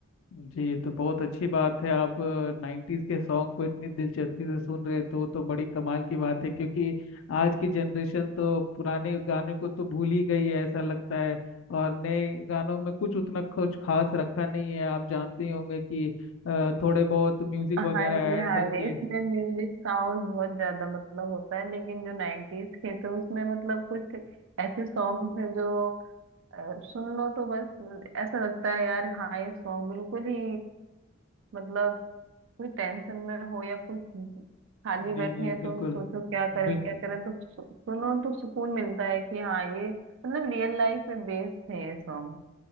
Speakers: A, on the left; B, on the right.
A: जी तो बहुत अच्छी बात है आप नाइन्टीज के सॉन्ग को इतनी दिलचस्पी से सुन रहे हैं तो वो तो बड़ी कमाल की बात है क्योंकि आज की जनरेशन तो पुराने गाने को तो भूल ही गई है ऐसा लगता है और नए गानों में कुछ उतना कुछ खास रखा नहीं है आप जानते ही होंगे कि अ, थोड़े बहुत म्यूजिक
B: हाँ
A: वगैरह
B: जी
A: ऐड
B: हाँ
A: करके
B: जी इसमें म्यूजिक साउंड बहुत ज्यादा मतलब होता है लेकिन जो नाइन्टीज के तो उसमें मतलब कुछ ऐसे सॉन्ग है जो अ, सुन लो तो बस ऐसा लगता है यार हाँ ये सॉन्ग बिल्कुल ही मतलब कोई टेंशन में हो या कुछ खाली बैठे
A: जी जी
B: हैं तो
A: बिल्कुल
B: सोचो क्या करें
A: बिल्कुल
B: क्या करें तो सु, सुनो तो सुकून मिलता है कि हाँ ये मतलब रियल लाइफ पे बेस्ड है ये सॉन्ग